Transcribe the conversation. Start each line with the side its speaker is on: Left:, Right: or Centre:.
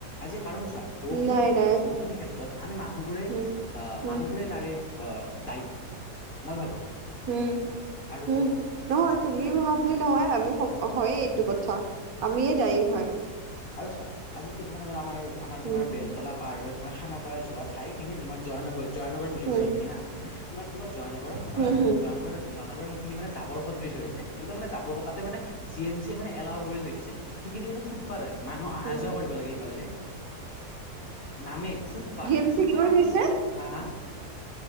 Left: আজি কাৰণ চোৱা। বহুখিনি
Right: নাই
Left: ক্ষেত্ৰত
Right: নাই
Left: বহুখিনি ক্ষেত্ৰত আমি মানুহবোৰে
Right: হম
Left: আহ
Right: হম
Left: মানুহবোৰে তাৰে এই দায়ী মই ভাবো।
Right: উম
Left: আৰু
Right: হম নহয় তুমি ভা বুলি নহয় আমি হয়েই এইটো কথা। আমিয়ে দায়ী হয়।
Left: আৰু চা আজি কেইদিনমান আগত আমাৰ আমাৰ
Right: উম,
Left: তোমাৰ বেলতলা পাৰ হয় তোমাৰ খানাপাৰা যোৱা ঠাইখিনি তোমাৰ জয়ানগৰ জয়ানগৰ বুলি
Right: হুম,
Left: কয় সেইখিনি হা তোমাৰ তোমাৰ জয়ানগৰ তোমাৰ
Right: হুম, হুম,
Left: জয়ানগৰ জয়ানগৰ সেইখিনি মানে জাবৰ সদৃশ হৈছে একদম মানে জাবৰ স তাতে মানে। জি এম চিয়ে মানে এলাও কৰি থৈ দিছে সিখিনি কিন্তু ফুটপাথ হয় মানুহ অহা
Right: হুম।
Left: যোৱা কৰিব লাগে সফালে দে। নামেই ফুটপাথ
Right: জি এম
Left: ফুটপাথ
Right: চি কি কৰি
Left: মান।
Right: থৈছে?
Left: হা হা